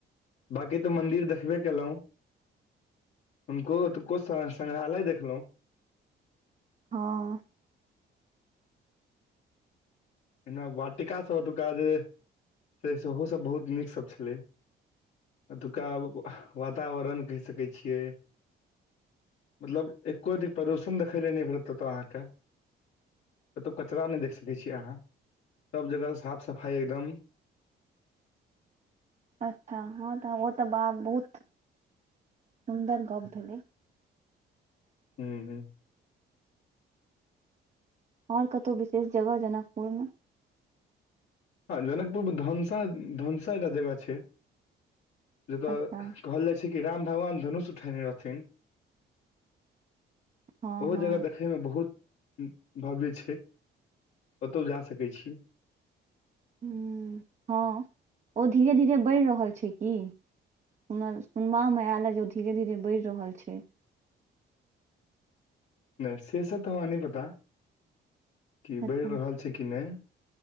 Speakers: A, on the left; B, on the right.
A: बकी तऽ मन्दिर देखबे कलहुँ हुनको ओतुको संग्रहालय देखलहुँ
B: हँ
A: एना वाटिकासभ एतुका जे छै सेहो सभ बहुत नीकसभ छलै एतुका वातावरण कहि सकैत छियै मतलब एको अी प्रदूषण देखय लेल नहि भेटत ओतय अहाँके कतहु कचरा नहि देख सकैत छीयै अहाँ सब जगह साफ सफाई एकदम
B: अच्छा हँ तऽ ओ तऽ वाह बहुत सुन्दर गप्प भेलै
A: हू ह
B: आओर कतहु विशेष जगह जनकपुर में
A: हँ जनकपुर में धनुषा धनुषा एकटा जगह छै जे तऽ
B: अच्छा
A: कहल जाय छै कि राम भगवान धनुष उठेने रहथिन
B: हँ
A: ओहो
B: हँ
A: जगह देखय में बहुत भव्य छै ओतहु जा सकै छी
B: ह हँ ओ धीरे धीरे बढ़ि रहल छै की हमर सुनबामे आयल हए जे ओ धीरे धीरे बढ़ि रहल छै
A: नइ से सब तऽ हमरा नइ पता कि
B: अच्छा
A: बढ़ि रहल छै कि नइ